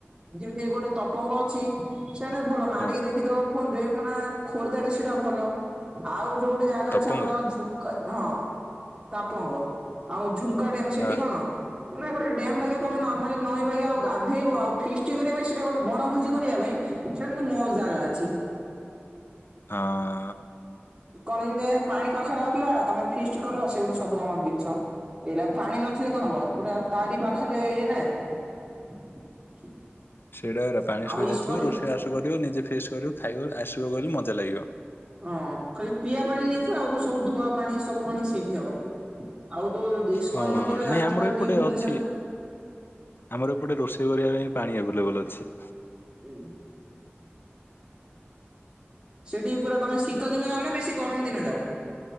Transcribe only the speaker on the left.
ହଁ
ତପଙ୍ଗ
ଆ
ହଁ।
ସେଇଟା ପରା ପାଣି
ସୁବିଧା
ଥିବ ରୋଷେଇ ବାସ କରିବ ନିଜେ ଫିଷ୍ଟ୍ କରିବୁ ଖାଇ ଆସିବକୁ ବଲେ ମଜା ଲାଗିବ।
ହଁ
ନାଇଁ ଆମର
ଏପଟେ
ଅଛି
ଆମର ଏପଟେ ରୋଷେଇ କରିବା ପାଇଁ ପାଣି ଏଭେଲେବୁଲୁ ଅଛି।